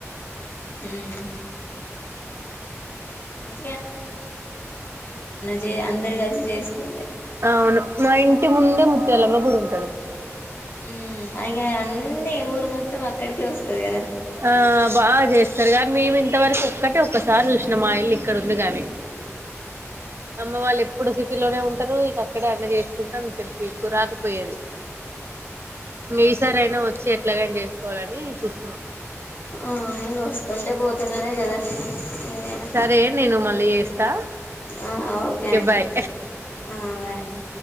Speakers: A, on the left; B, on the right.
A: హ్మ్ హ్మ్ మ్మ్ మం చే అందరు కలిసి చేసుకుంటే
B: అవును మా ఇంటి ముందే ముత్యాలమ్మ గుడి ఉం
A: మ్మ్ అయి ఇకా అన్నీ ఊరు మొత్తం అక్కడికే వస్తా స్తది గదా
B: ఆ బాగా చేస్తారు కానీ మేము ఇంతవరకు ఒక్కటే ఒక్కసారి చూసినాం మాఇల్లు ఇక్కడ ఉంది గాని అమ్మ వాళ్ళు ఎప్పుడు సిటీలోనే ఉంటరు ఇక అక్కడే అన్ని చేస్ కుంటామ్ ఇక్కడికి ఎక్కు రాకపోయేది ఈసారైనా వచ్చి ఎట్లాగైనా చేసుకో కోవాలని చూస్తున్నాం
A: ఆ వస్తుంటే పోతుంటేనే కదా ఏదైనా
B: సరే నేను మళ్ళీ చేస్తా
A: ఆ
B: ఓకే
A: అండి
B: బాయ్
A: ఆ బాయ్ అండి